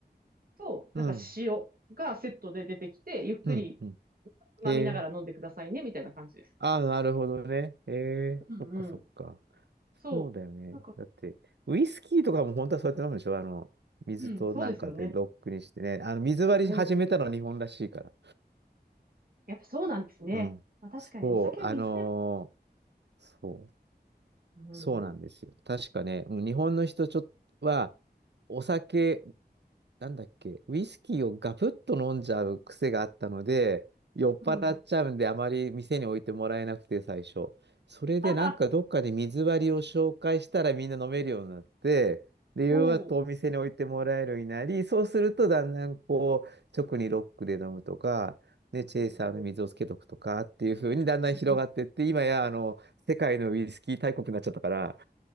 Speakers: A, on the right; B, on the right.
A: と、
B: うん、
A: なんか塩がセットで出てきて、ゆっくり
B: うん、うん。
A: つまみながら飲んでくださいね、
B: へ、え
A: みたいな感じです。
B: あ、なるほどね。へえそっか、
A: うんうん。
B: そっか。
A: そう。
B: そうだよね。
A: なんか、
B: だって、ウイスキーとかも本当はそうやって飲むでしょあの、水となんかでロックにしてね。
A: うん、そうですよね。
B: あの、水割り始めたのは日本らしいから。
A: うんうんやっぱそうなんですね。
B: うん。
A: まあ、確かにお酒は水で、
B: そう、あのーそう、
A: うんうんうん。
B: そうなんですよ。確かね、うん日本の人ちょっとは、お酒なんだっけ、ウイスキーをガブッと飲んじゃう癖があったので、酔っ払っちゃうんで、
A: うん。
B: あまり店に置いてもらえなくて、最初。それで、
A: はは、
B: なんかどっかで水割りを紹介したらみんな飲めるようになって、で、夕方お店に置いてもらえるようになり、
A: ほう。
B: そうするとだんだんこう、直にロックで飲むとか、ね、チェイサーの水をつけとくとかっていう風にだんだん広がってって、
A: <laughs> ほうんうんうん
B: 今や、あの、世界のウイスキー大国になっちゃったから、